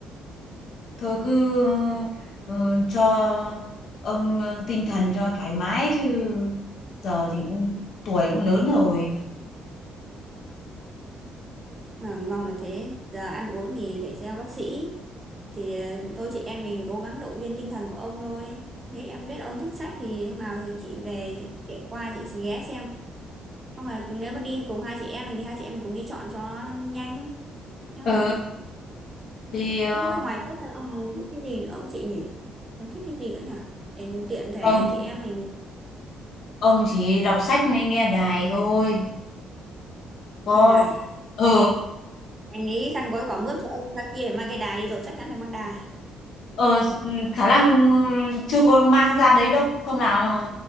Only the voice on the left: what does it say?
thôi cứ ờ, cho ông ờ, tinh thần cho thoải mái chứ giờ thì cũng tuổi cũng lớn rồi
ừ thì ờ,
ông
ông chỉ đọc sách mới nghe đài thôi có
ờ
ờ khả năng ờ, chưa có mang ra đấy đâu hôm nào